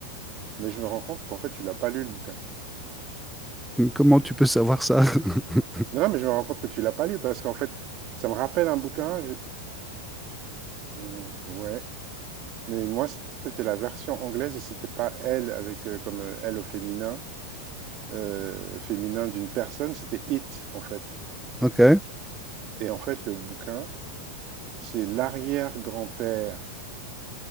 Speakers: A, on the right; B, in the centre.
A: mais je me rends compte qu'en fait tu l'as pas lu le bouquin.
B: Comment tu peux savoir ça? <laughs>
A: Non, non, mais je me rends compte que tu l'as pas lu parce qu'en fait ça me rappelle un bouquin. je- euh, ouais, mais moi c'était la version anglaise et c'était pas elle avec euh, comme euh, elle au féminin. euh, féminin d'une personne, c'était It, en fait.
B: Ok,
A: Et en fait, le bouquin, c'est l'arrière-grand-père.